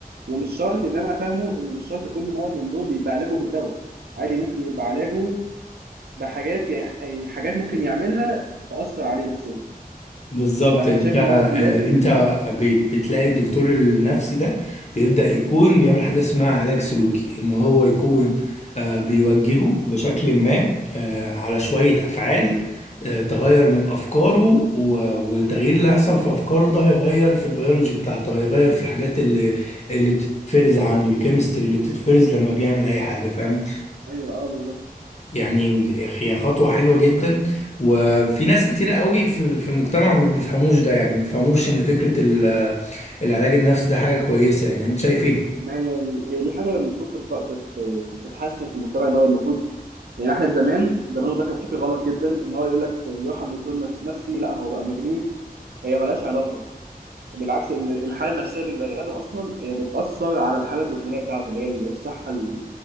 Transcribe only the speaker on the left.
بالظبط
انت
آه،
انت بي- بتلاقي الدكتور النفسي ده بيبدأ يكون بيعمل حاجة اسمها علاج سلوكي ان هو يكون آه، بيوجهه بشكل ما آه، على شوية افعال آه، تغير من افكاره و- والتغيير اللي هيحصل في افكاره ده هيغير في البيولوجي بتاعته هيغير في الحاجات اللي اللي بتتفرز عنده الكيمستري اللي بتتفرز لما بيعمل اي حاجة فاهم
يعني هي خطوة حلوة جدا وفي ناس كتير قوي في في المجتمع ما بيفهموش ده يعني ما بيفهموش ان فكرة ال- العلاج النفسي ده حاجة كويسة يعني انت شايف ايه؟